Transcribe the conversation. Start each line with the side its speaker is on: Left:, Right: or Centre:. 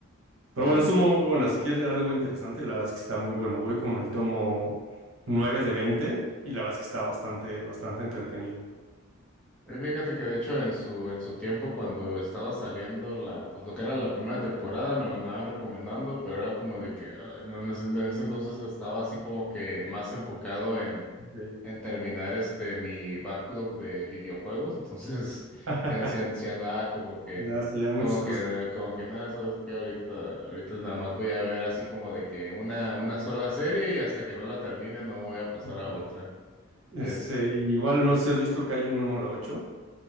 Right: Pero
Centre: Eh,
Right: bueno, es muy buena. Si quieres leer algo interesante, la verdad es que está muy bueno. Voy como en el tomo 9 de veinte y la verdad es que está bastante, bastante entretenido.
Centre: Eh, Fíjate que de hecho en su, en su tiempo cuando estaba saliendo la, pues lo que era la primera temporada me lo andaban recomendando, pero era como de que ay, no, en ese, en ese entonces estaba así como que más enfocado en,
Right: Ok.
Centre: en terminar este mi backlog de videojuegos, entonces <laughs>
Right: <laughs>
Centre: sí, an- sí an- sí andaba como que,
Right: Ya, sí, hay muchas
Centre: como
Right: cosas.
Centre: que, como que nada, sabes que ahorita, ahorita nada más voy a ver así como de que una, una sola serie y hasta que no la termine no me voy a pasar
Right: Ok.
Centre: a otra.
Right: Este,
Centre: Es
Right: igual no
Centre: <laughs>
Right: sé si has visto Kaiju número ocho